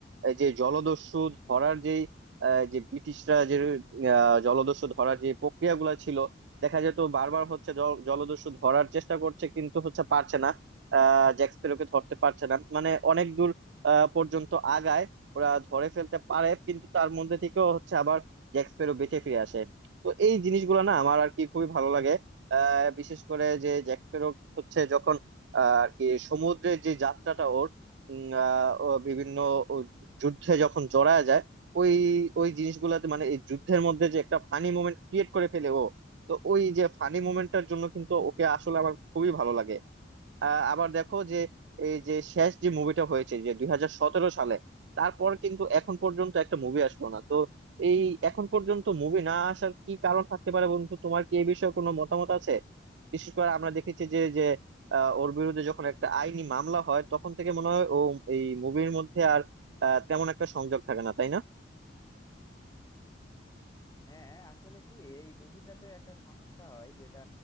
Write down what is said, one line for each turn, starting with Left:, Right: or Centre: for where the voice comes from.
Right: এই যে জলদস্যু ধরার যেই আহ, যে ব্রিটিশরা যে আহ, জলদস্যু ধরার যে প্রক্রিয়াগুলো ছিল দেখা যেত বারবার হচ্ছে জল- জলদস্যু ধরার চেষ্টা করছে কিন্তু হচ্ছে পারছে না আহ জ্যাক স্প্যারোকে ধরতে পারছে না মানে অনেক দূর আহ, পর্যন্ত আগায় ওরা ধরে ফেলতে পারে কিন্তু তার মধ্যে থেকেও হচ্ছে আবার জ্যাক স্প্যারো বেঁচে ফিরে আসে তো এই জিনিসগুলো না আমার আর কি খুবই ভালো লাগে আহ বিশেষ করে যে জ্যাক স্প্যারো হচ্ছে যখন আহ, আর কি সমুদ্রের যে যাত্রাটা ওর উম, আহ, ও বিভিন্ন ও যুদ্ধে যখন জড়ায় যায় ওই ওই জিনিসগুলোতে মানে এই যুদ্ধের মধ্যে যে একটা ফানি মোমেন্ট ক্রিয়েট করে ফেলে ও তো ওই যে ফানি মোমেন্টটার জন্য কিন্তু ওকে আসলে আমার খুবই ভালো লাগে আহ, আবার দেখো যে এই যে শেষ যে মুভিটা হয়েছে যে দুই হাজার সতেরো সালে তারপর কিন্তু এখন পর্যন্ত একটা মুভি আসলো না তো এই এখন পর্যন্ত মুভি না আসার কি কারণ থাকতে পারে বন্ধু তোমার কি এই বিষয়ে কোনো মতামত আছে বিশেষ করে আমরা দেখেছি যে যে আহ, ওর বিরুদ্ধে যখন একটা আইনি মামলা হয় তখন থেকে মনে হয় ও এই মুভির মধ্যে আর আহ, তেমন একটা সংযোগ থাকে না তাই না
Left: হ্যাঁ আসলে কি এই মুভিটাতে একটা সমস্যা হয় যেটা